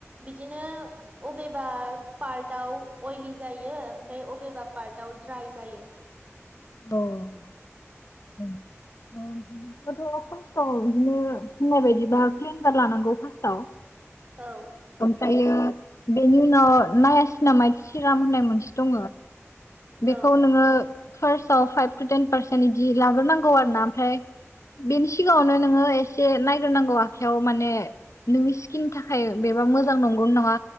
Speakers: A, on the right (about 30°); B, on the left (about 80°).
A: बिदिनो अबेबा पार्टआव अइलि जाय जयो ओमफ्राय अबेबा पार्टव ड्राइ जायो
B: <unintelligible> एथ' खस्थ' बिदिनो होननाय बायदिबा प्लेन्डार लानांगौ फार्स्टाव
A: औ
B: ओमफ्रायो बेनि उनाव नाया सिना माइ सिराम होननाय मोनसे दङ बेखौ
A: औ
B: नोङो फार्स्टआव फाइभ टु टेन पारसेन्ट इदि लाग्रोनांगौ आरो ना ओमफ्राय बेनि सिगाङावनो नोङो एसे नायग्रोनांगौ आखायाव माने नोंनि स्किननि थाखाय बेबा मोजां नंगौ नङा